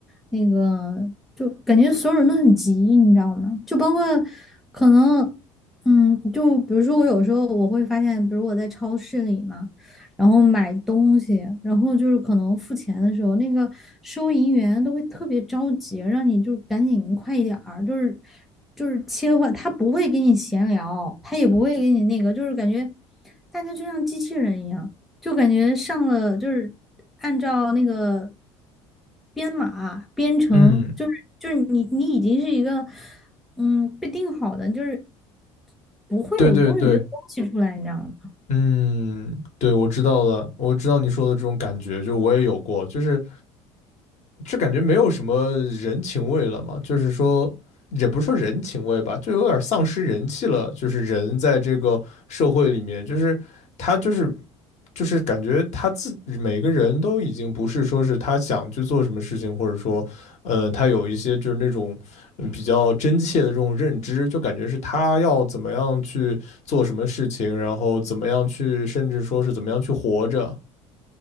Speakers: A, in the centre; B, on the left.
A: 那个，就感觉所有人都很急，你知道吗？就包括可能，嗯，就比如说我有时候我会发现，比如我在超市里嘛。然后买东西，然后就是可能付钱的时候，那个收银员都会特别着急，让你就是赶紧快一点儿，就是就是切换，他不会给你闲聊，他也不会给你那个，就是感觉大家就像机器人一样，就感觉上了就是按照那个编码编程，
B: 嗯，
A: 就是就是你你已经是一个嗯被定好的，就是不会有多余的东西出来，
B: 对对对。
A: 你知道吗？
B: 嗯，对，我知道的，我知道你说的这种感觉，就是我也有过，就是，就感觉没有什么人情味了嘛，就是说，也不是说人情味吧，就有点丧失人气了。就是人在这个社会里面，就是他就是就是感觉他自每个人都已经不是说是他想去做什么事情，或者说，呃，他有一些就是那种嗯比较真切的这种认知，就感觉是他要怎么样去做什么事情，然后怎么样去，甚至说是怎么样去活着。